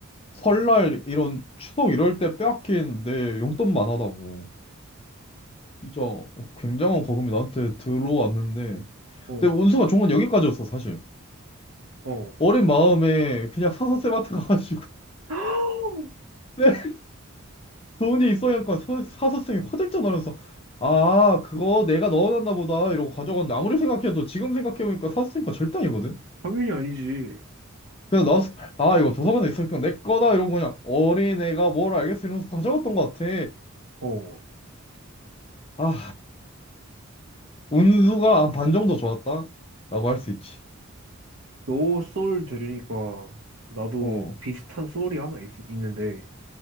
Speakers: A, on the left; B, on the right.
A: 설날, 이런, 추석 이럴 때 빼앗긴 내 용돈만 하다고. 진짜 굉장한 거금이 나한테 들어왔는데.
B: 어,
A: 근데 운수가 좋은 건 여기까지였어, 사실.
B: 어.
A: 어린 마음에 그냥 사서쌤한테 가가지고. <laughs>
B: <gasps>
A: 네, 돈이 있어야니까 사- 사서쌤이 화들짝 놀면서 아, 그거 내가 넣어놨나 보다. 이러고 가져갔는데 아무리 생각해도 지금 생각해보니까 사서쌤과 절대 아니거든.
B: 당연히 아니지.
A: 그냥 나왔을 때, 아, 이거 도서관에 있으니까 내 거다. 이러고 그냥 어린애가 뭘 알겠어. 이러면서 가져갔던 것 같아.
B: 어.
A: 아, 운수가 한 반 정도 좋았다. 라고 할 수 있지.
B: 너 소울 들으니까 나도
A: 어.
B: 비슷한 소울이 하나 있, 있는데,